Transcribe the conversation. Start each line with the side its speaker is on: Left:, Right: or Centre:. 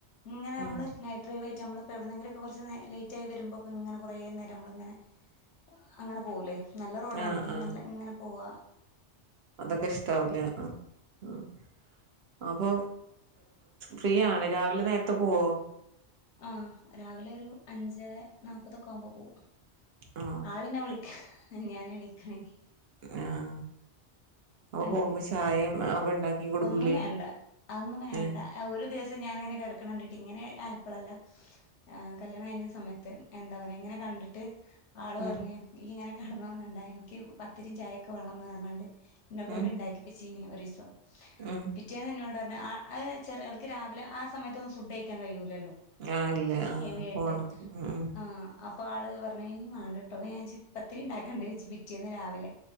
Left: ഇങ്ങനെ നമ്മള്
Right: ഉം
Left: നൈറ്റ് ഡ്രൈവ്. നമ്മൾ ഇപ്പോൾ എവിടെുന്നെങ്കിലൊക്കെ കുറച്ച് നേ ലേറ്റ് ആയി വരു മ്പൊഴെക്കെങ്ങനെ കുറെനേരം നമ്മളങ്ങനെ അങ്ങനെ പോകൂല്ലേ? നല്ല റോഡാണെങ്കിൽ.
Right: ആഹ് ആഹ്
Left: നല്ല ഇങ്ങനെ പോകാ -
Right: അതൊക്കെ ഇഷ്ടാവലേ ആ ഉം അപ്പൊ ഫ്രീയാണ് രാവിലെ നേരത്തെ പോവോ.
Left: ആ രാവിലെ ഒരു അഞ്ച് നാപ്പതൊക്കെ ആവുമ്പോ പോകും.
Right: ആ
Left: ആളന്നെ വിളിക്ക ഞാന എണിക്കണെങ്കി
Right: ആഹ അ
Left: അങ്ങനെ
Right: പൊകുമ്പ ചായയും ഒക്കെ ഉണ്ടാക്കി കൊടുക്കൂലേ
Left: ഒന്നും വേണ്ട അതൊന്നും വേണ്ട.
Right: ഏ
Left: ഒരു ദിവസം ഞാാനിങ്ങനെ കിടക്കണണ്ട ഇങ്ങനെ ആയപ്പള്ളല്ല ആ കല്യാണം കഴിഞ്ഞ സമയത്ത്. എന്താ പറയാ ഇങ്ങനെ കണ്ടിട്ട് ആള്
Right: ഉം
Left: പറഞ്ഞ് ഈ ഇങ്ങനെ കിടന്നുറങ്ങണ്ട എനിക്ക് പത്തിരിയും ചായയൊക്കെ വേണംന്ന് പറഞ്ഞാണ്ട് എന്നെ കൊണ്ടുണ്ടാക്കിപ്പിച്ചെനേ
Right: ഉം
Left: ഒരീസം.
Right: ഉം
Left: പിറ്റേന്ന്നോട് ആ ചിലൾക്ക് രാവിലെ ആ സമയത്തൊന്ന് ഫുഡ്കഴിക്കാൻ കഴിയൂല്ല. ലെനു
Right: ആ ഇല്ല ആ
Left: ഹെവിയായിട്ട്
Right: പോണത് ഉം ഉം
Left: മ് ആഹ ഇപ്പാള് പറഞ്ഞ് ഇനി മേണ്ടട്ടോ മജിക്ക് പത്തിരി ഉണ്ടാക്കണണ്ട്. പിറ്റിയന്ന് രാവിലെ